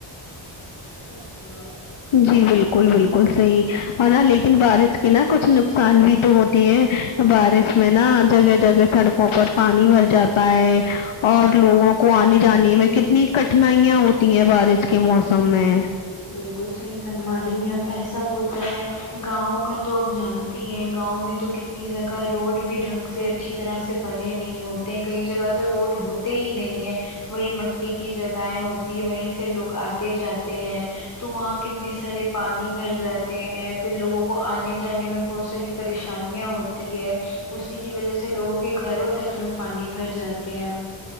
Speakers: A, on the left; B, on the left.
A: <unintelligible>
B: جی بالکل بالکل صحیح اور نا لیکن بارش کے نا کچھ نقصان بھی تو ہوتی ہے بارش میں نا جگہ جگہ سڑکوں پر پانی بھر جاتا ہے اور لوگوں کو آنے جانے میں کتنی کٹنائیاں ہوتی ہیں بارش کے موسم میں
A: بالکل صحیح فرما رہی ہیں اب ایسا ہوتا ہے گاؤں کا تو آپ جانتی ہیں گاؤں میں تو کت اس جگہ روڈ بھی ڈھنگ سے اچھی طرح سے بنے نہیں ہوتے ہیں کئی جگہ تو روڈ ہوتے ہی نہیں وہی مٹی کی جگہیں ہوتی ہے وہیں سے لوگ آتے جاتے ہیں تو وہاں کتنے سارے پانی بھر جاتے ہیں پھر لوگوں کو آنے جانے میں بہت ساری پریشانیاں ہوتی ہے اسی کی وجہ سے لوگوں کے گھروں تک میں پانی بھر جات ے ہے